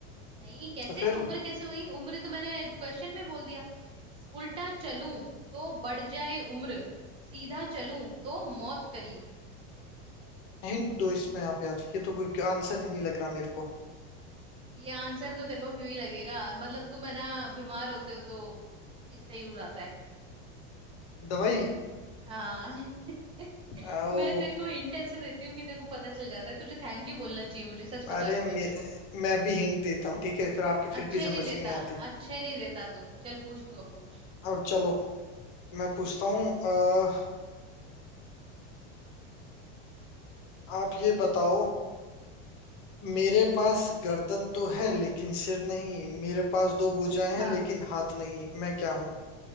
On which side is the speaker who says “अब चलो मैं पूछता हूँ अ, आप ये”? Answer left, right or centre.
Left